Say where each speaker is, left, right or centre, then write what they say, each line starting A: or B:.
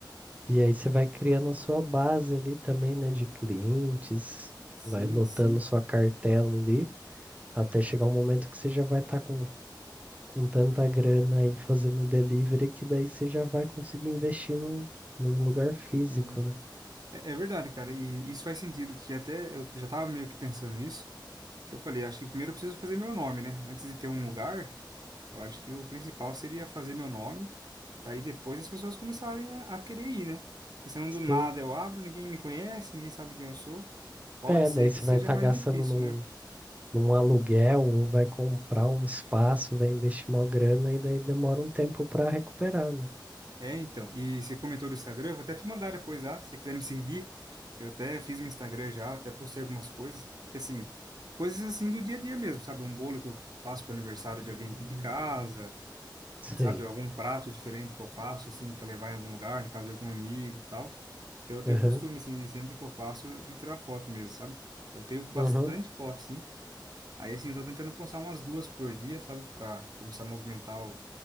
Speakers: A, on the right; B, on the right.
A: E aí você vai criando a sua base ali também, né, de clientes,
B: Sim,
A: vai lotando
B: sim,
A: sua cartela ali, até chegar um momento que você já vai estar com, com tanta grana aí fazendo delivery que daí você já vai conseguir investir num, num lugar físico,
B: sim.
A: né?
B: É, é verdade, cara, e isso faz sentido, porque até eu já tava meio que pensando isso, que eu falei, acho que primeiro eu preciso fazer meu nome, né? Antes de ter um lugar, Eu acho que o principal seria fazer meu nome, para aí depois as pessoas começarem a, a querer ir, né? Porque senão
A: Sim.
B: do nada eu abro, ninguém me conhece, ninguém sabe quem eu sou. Pode
A: É,
B: ser
A: daí você
B: que seja
A: vai estar
B: mais
A: gastando
B: difícil,
A: num,
B: né?
A: num aluguel ou vai comprar um espaço, vai investir uma grana e daí demora um tempo para recuperar, né?
B: É, então. E você comentou do Instagram, eu vou até te mandar depois lá, se você quiser me seguir. Eu até fiz um Instagram já, até postei algumas coisas. Que assim, coisas assim do dia a dia mesmo, sabe? Um bolo que eu faço para aniversário de alguém aqui de casa.
A: Sei.
B: sabe, algum prato diferente que eu faço, assim, para levar em algum lugar, na casa de algum amigo e tal. Então eu tenho
A: Aham,
B: costume, assim, de sempre que eu faço, de tirar foto mesmo, sabe? Então eu tenho bastante
A: aham,
B: foto, sim. Aí, assim, eu tô tentando postar umas duas por dia, sabe, para começar a movimentar o,